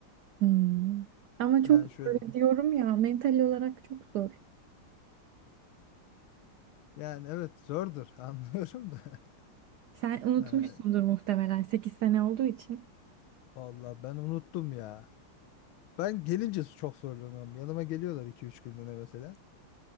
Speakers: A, on the right; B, on the left.
A: Hmm. Ama çok
B: Yani
A: zor
B: şöyle.
A: diyorum ya mental olarak çok zor.
B: Yani evet zordur <laughs> anlıyorum da. <laughs>
A: Sen unutmuşsundur
B: Ee,
A: muhtemelen 8 sene olduğu için.
B: Vallahi ben unuttum ya. Ben gelince çok zorlanıyorum. Yanıma geliyorlar iki üç günlüğüne mesela.